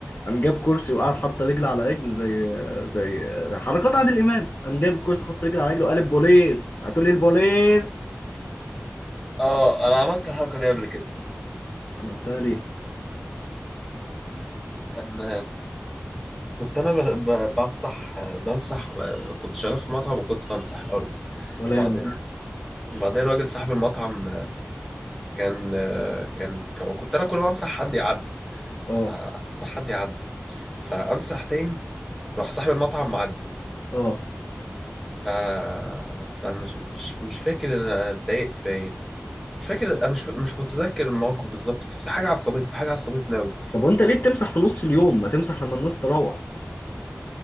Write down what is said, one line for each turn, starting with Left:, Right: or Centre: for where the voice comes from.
Left: قام جاب كرسي وقعد حط رجل على رجل زي زي حركات عادل امام قام جاب الكرسي حط رجل على رجل وقال البوليس هتقولي البوليس
Centre: اه انا عملت الحركه دي قبل كده
Left: عملتها ليه
Centre: كان كنت انا ب- ب- بمسح بمسح كنت شغال في مطعم وكنت بمسح الارض
Left: ولا
Centre: وبعدين
Left: يهمك.
Centre: بعدين راجل صاحب المطعم كان كان كنت انا كل ما امسح حد يعدي
Left: اه
Centre: فامسح حد يعدي فامسح تاني راح صاحب المطعم معدي
Left: اه
Centre: ف فمش مش مش فاكر إن انا اتضايقت باين مش فاكر انا مش ف- مش متذكر الموقف بالظبط بس في حاجه عصبتني في حاجه عصبتني قوي
Left: طب وانت ليه بتمسح في نص اليوم ما تمسح لما الناس تروح